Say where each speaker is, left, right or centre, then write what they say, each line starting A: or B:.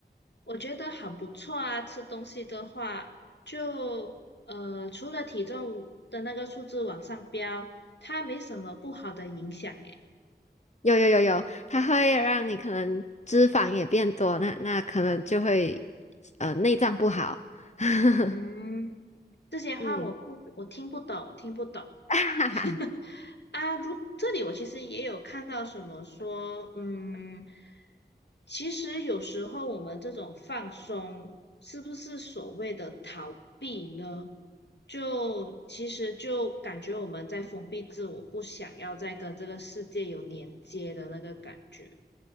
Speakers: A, on the left; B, on the left.
A: 我觉得很不错啊。吃东西的话，就呃，除了体重的那个数字往上飙，它没什么不好的影响诶。
B: 有有有有，它会让你可能脂肪也变多，那那可能就会呃内脏不好。<laughs>
A: 嗯，这些话我不，
B: 嗯，
A: 我听不懂，我听不懂。
B: <laughs>
A: <laughs> 啊，如这里我其实也有看到什么说，嗯，其实有时候我们这种放松，是不是所谓的逃避呢？就其实就感觉我们在封闭自我，不想要再跟这个世界有连接的那个感觉。